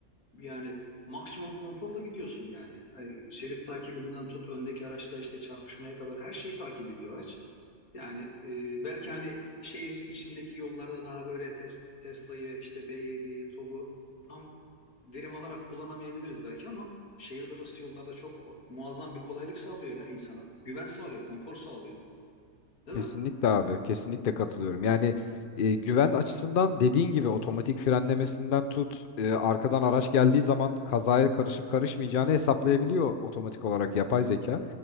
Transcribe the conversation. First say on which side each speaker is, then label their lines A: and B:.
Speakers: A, on the left; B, on the left.
A: Yani maksimum konforla gidiyorsun yani. Ay, şerit takibinden tut öndeki araçla işte çarpışmaya kadar her şeyi takip ediyor araç. Yani e, belki hani şehir içindeki yollarda daha böyle tes, Tesla'yı işte B7'yi, TOG'u tam verim alarak kullanamayabiliriz belki ama şehirler arası yollarda çok muazzam bir kolaylık sağlıyor ya insana. Güven sağlıyor, konfor sağlıyor. Değil
B: Kesinlikle
A: mi?
B: abi. Kesinlikle katılıyorum. Yani e, güven açısından dediğin gibi otomatik frenlemesinden tut, e, arkadan araç geldiği zaman kazaya karışıp karışmayacağını hesaplayabiliyor otomatik olarak yapay zeka.